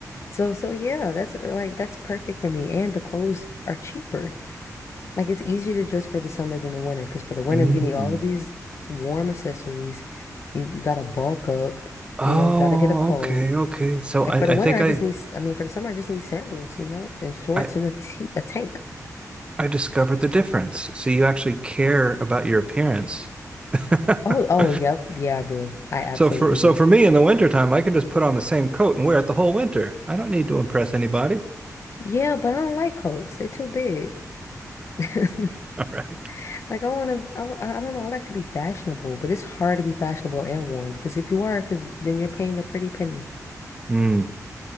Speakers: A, on the left (about 50°); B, on the right (about 15°).
A: So so yeah, that's uh, like that's perfect for me. And the clothes are cheaper. Like it's easier to dress for the summer than the winter because for the winter
B: Mm.
A: you need all of these warm accessories. You, you gotta bulk up.
B: Oh,
A: You know, you gotta get a coat.
B: okay, okay. So
A: Like
B: I
A: for the
B: I
A: winter,
B: think
A: I
B: I
A: just need. s- I mean, for the summer, I just need sandals. You know, and shorts
B: I
A: and a t a tank.
B: I discovered the difference. So you actually care about your appearance. <laughs>
A: Oh oh yep yeah I do. I absolutely
B: So for so
A: do.
B: for me in the wintertime, I can just put on the same coat and wear it the whole winter. I don't need to impress anybody.
A: Yeah, but I don't like coats. They're too big. <laughs>
B: <laughs> All right.
A: Like I want to, I, w- I don't know. I like to be fashionable, but it's hard to be fashionable and warm because if you are, because then you're paying a pretty penny.
B: Mm.